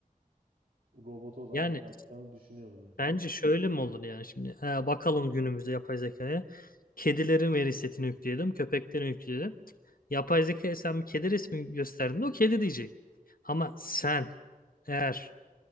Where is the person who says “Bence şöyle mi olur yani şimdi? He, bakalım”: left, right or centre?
Left